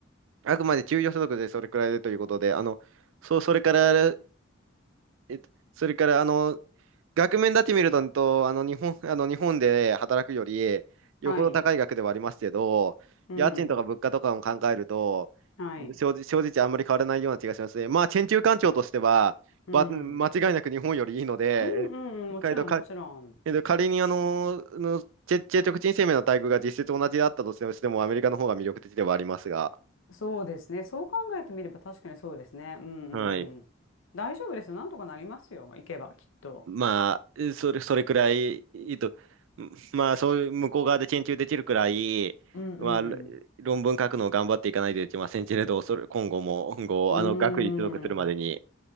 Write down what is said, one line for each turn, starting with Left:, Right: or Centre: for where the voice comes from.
Right: あくまで給与所得でそれくらいでということで、あの、そう、それから、えっと、それから、あの、額面だけ見ると、とあの、日本、<laughs> あの、日本で働くより、よほど高い額ではありますけど、
Left: はい。うん。
Right: 家賃とか物価とかも考えると、
Left: はい。
Right: 正直、正直あんまり変わらないような気がしますね。まあ、研究環境としては、
Left: うん。
Right: ば、
Left: うん
Right: 間違いなく日本よりいいので、
Left: うんうん。
Right: えけど、
Left: もちろんもちろん。
Right: か、けど仮に、あの、の、結結局人生命の待遇が実質同じだったとしても、アメリカの方が魅力的ではありますが。
Left: そうですね。そう考えてみれば確かにそうですね。うんうんうん。
Right: はい。
Left: 大丈夫ですよ。なんとかなりますよ。行けばきっと。
Right: まあ、それ、それくらい、えっと、<laughs> まあ、そういう向こう側で研究できるくらい、
Left: うんうん。
Right: まあ、論文書くのを頑張っていかないといけませんけれど、それ、今後も、今後、
Left: うー
Right: あの、学位取得するまでに。
Left: ん。